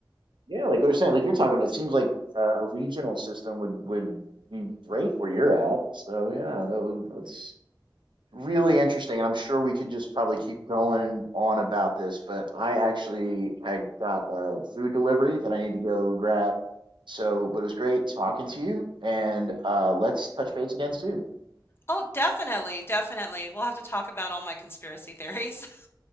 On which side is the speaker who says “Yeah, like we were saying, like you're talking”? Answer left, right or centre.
Right